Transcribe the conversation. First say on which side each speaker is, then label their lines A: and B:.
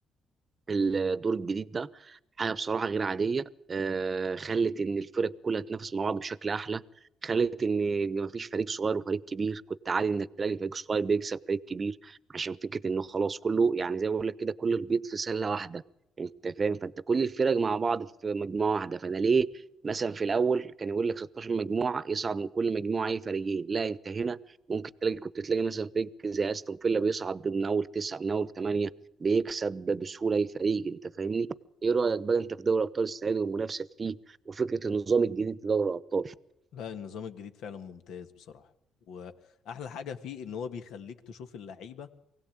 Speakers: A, on the right; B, on the left.
A: الدور الجديد ده حاجه بصراحه غير عاديه آه، خلت ان الفرق كلها تنافس مع بعض بشكل احلى خلت ان إن مفيش فريق صغير وفريق كبير كنت عادي انك تلاقي فريق صغير بيكسب فريق كبير عشان فكره انه خلاص كله يعني زي ما بقول لك كده كل البيض في سله واحده انت فاهم فانت كل الفرق مع بعض في مجموعه واحده فانا ليه مثلا في الاول كان يقول لك 16 مجموعه يصعد من كل مجموعه اي فريقين لا انت هنا ممكن تلاقي كنت تلاقي مثلا فريق زي استون فيلا بيصعد من اول تسعه من اول ثمانيه بيكسب بسهوله اي فريق انت فاهمني ايه رايك بقى انت في دوري ابطال السنه دي والمنافسه فيه وفكره النظام الجديد في دوري الابطال
B: لا النظام الجديد فعلا ممتاز بصراحة واحلى حاجة فيه ان هو بيخليك تشوف اللعيبة